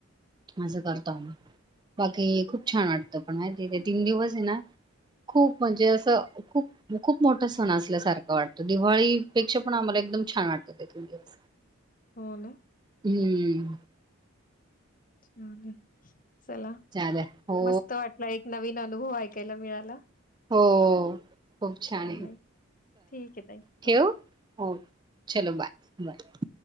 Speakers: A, on the right; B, on the left.
A: अस करतो आम्ही. बाकी खूप छान वाटतं. पण माहिती ते तीन दिवसे ना. खूप म्हणजे असं खूप खूप मोठा सण असल्यासारखं वाटतं. दिवाळीपेक्षा पण आम्हाला एकदम छान वाटतं ते तीन दिवस.
B: हो ना.
A: हम्म.
B: ह हम्म. चला.
A: चालेल हो
B: मस्त वाटलं एक नवीन अनुभव ऐकायला मिळाला.
A: हो खूप छाने.
B: चालेल ठीक आहे ताई
A: ठेवू
B: हो
A: हो चलो बाय बाय.